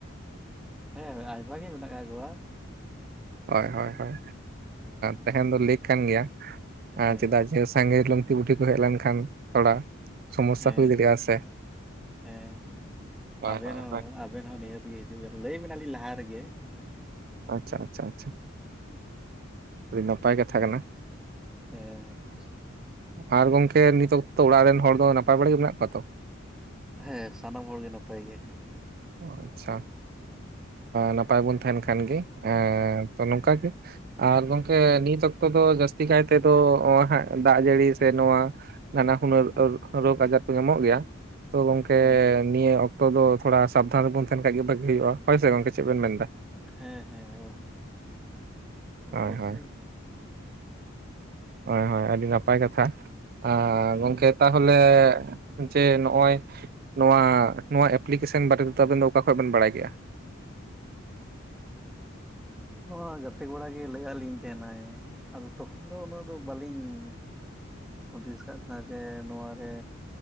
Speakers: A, in the centre; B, on the right.
A: ᱦᱮᱸ ᱟᱭᱢᱟ ᱜᱮ ᱢᱮᱱᱟᱜ ᱜᱚᱣᱟ᱾
B: ᱦᱳᱭ ᱦᱳᱭ ᱦᱳᱭ
A: ᱩᱸ,
B: ᱛᱟᱦᱮᱱ ᱫᱚ ᱞᱟᱠ ᱠᱟᱱ ᱜᱮᱭᱟ
A: ᱦᱮᱸ
B: ᱪᱮᱫᱟᱜ ᱡᱮ ᱥᱟᱸᱜᱮ ᱞᱩᱝᱛᱤ ᱵᱩᱰᱷᱤ ᱠᱚ ᱦᱮᱡ ᱞᱮᱱ ᱠᱷᱟᱱ ᱛᱷᱚᱲᱟ ᱥᱚᱢᱚᱥᱥᱟ
A: ᱦᱮᱸ
B: ᱦᱩᱭ ᱫᱟᱲᱮᱭᱟᱜᱼᱟ ᱥᱮ
A: ᱦᱮᱸ
B: ᱦᱳᱭ
A: ᱟᱵᱮᱱ
B: ᱦᱳᱭ
A: ᱦᱚᱸ
B: ᱦᱳᱭ
A: ᱟᱵᱮᱱ ᱦᱚᱸ ᱱᱤᱦᱟᱹᱛ ᱜᱮ ᱦᱤᱡᱩᱜ ᱵᱮᱱ, ᱞᱟᱹᱭ ᱵᱮᱱᱟ ᱞᱤᱧ ᱞᱟᱦᱟ ᱨᱮᱜᱮ᱾
B: ᱟᱪᱪᱷᱟ ᱟᱪᱪᱷᱟ ᱟᱪᱷᱟ
A: ᱦᱩᱸ ᱦᱩᱸ
B: ᱟᱹᱰᱤ ᱱᱟᱯᱟᱭ ᱠᱟᱛᱷᱟ ᱠᱟᱱᱟ᱾
A: ᱦᱮᱸ᱾
B: ᱟᱨ ᱜᱚᱝᱠᱮ ᱱᱤᱛᱚᱛᱚ ᱚᱲᱟᱜ ᱨᱮᱱ ᱦᱚᱲ ᱫᱚ ᱱᱟᱯᱟᱭ ᱵᱟᱲᱟ ᱜᱮ ᱢᱮᱱᱟᱜ ᱠᱚᱣᱟ ᱛᱚ᱾
A: ᱦᱮᱸ ᱥᱟᱱᱟᱢ ᱦᱚᱲ ᱜᱮ ᱱᱟᱯᱟᱭ ᱜᱮ ᱦᱮᱸ᱾
B: ᱚ ᱟᱪᱪᱷᱟ ᱱᱟᱯᱟᱭ ᱵᱚᱱ ᱛᱟᱦᱮᱱ ᱠᱷᱟᱱ ᱜᱮ ᱛᱚ ᱱᱚᱝᱠᱟ ᱜᱮ ᱟᱨ ᱜᱚᱝᱠᱮ ᱱᱤᱛ ᱚᱠᱛᱚ ᱫᱚ ᱡᱟᱹᱥᱛᱤ ᱠᱟᱭ ᱛᱮᱫᱚ ᱦᱟᱜ ᱫᱟᱜ ᱡᱟᱹᱲᱤ ᱥᱮ ᱱᱚᱣᱟ ᱱᱟᱱᱟ ᱦᱩᱱᱟᱹᱨ ᱨᱳᱜᱽ ᱟᱡᱟᱨ ᱠᱚ ᱧᱟᱢᱚᱜ ᱜᱮᱭᱟ ᱛᱚ ᱜᱚᱝᱠᱮ
A: ᱦᱮᱸ
B: ᱱᱤᱭᱟᱹ ᱚᱠᱛᱚ ᱫᱚ ᱛᱷᱚᱲᱟ, ᱥᱟᱵᱫᱷᱟᱱ ᱨᱮᱵᱚᱱ ᱛᱟᱦᱮᱱ, ᱠᱷᱟᱱ ᱜᱮ ᱵᱷᱟᱜᱤ ᱦᱩᱭᱩᱜᱜᱼᱟ ᱦᱚᱳᱭᱥᱮ ᱜᱚᱝᱠᱮ ᱪᱮᱫ ᱵᱮᱱ ᱢᱮᱱ ᱫᱟ?
A: ᱦᱮᱸ ᱦᱮᱸ ᱚ
B: ᱦᱳᱭ
A: ᱚᱵᱚᱥᱥᱳᱭ᱾
B: ᱦᱳᱭ ᱦᱳᱭ ᱦᱳᱭ ᱟᱹᱰᱤ ᱱᱟᱯᱟᱭ ᱠᱟᱛᱷᱟ᱾ ᱟ ᱜᱚᱝᱠᱮ ᱛᱟᱦᱚᱞᱮ ᱡᱮ ᱱᱚᱜᱼᱚᱭ ᱱᱚᱣᱟ ᱱᱚᱣᱟ ᱮᱯᱞᱤᱠᱮᱥᱚᱱ ᱵᱟᱨᱮ ᱛᱮᱫᱚ ᱟᱵᱮᱱ ᱫᱚ ᱚᱠᱟ ᱠᱷᱚᱡ ᱵᱮᱱ ᱵᱟᱲᱟᱭ ᱠᱮᱫ-ᱟ?
A: ᱱᱚᱣᱟ ᱜᱟᱛᱮ ᱠᱚᱲᱟ ᱜᱮ ᱞᱟᱹᱭᱟᱫ ᱞᱤᱧ ᱛᱟᱦᱮᱱᱟᱭ᱾ ᱟᱫᱚ ᱛᱚᱠᱷᱚᱱ ᱫᱚ ᱩᱱᱟᱹᱜ ᱫᱚ ᱵᱟᱹᱞᱤᱧ ᱦᱩᱫᱤᱥ ᱟᱠᱟᱫ ᱛᱟᱦᱮᱱᱟ ᱡᱮ ᱱᱚᱣᱟᱨᱮ